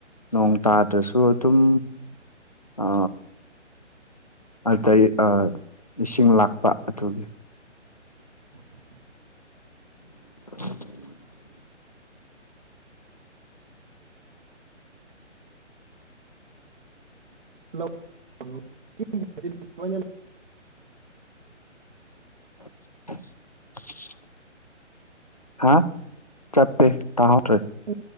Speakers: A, on the left (about 35°); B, on the right (about 45°).
A: ꯅꯣꯡ ꯇꯥꯗ꯭ꯔꯁꯨ ꯑꯗꯨꯝ ꯑ__ ꯑꯗꯨꯗꯩ ꯏꯁꯤꯡ ꯂꯥꯛꯄ ꯑꯗꯨꯒꯤ꯫
B: 'unintelligible'
A: <inaudible>
B: 'unaudible'
A: <inaudible> ꯍꯥ ꯆꯞꯄꯦ ꯇꯥꯍꯧꯗꯔꯦ
B: ꯎꯝ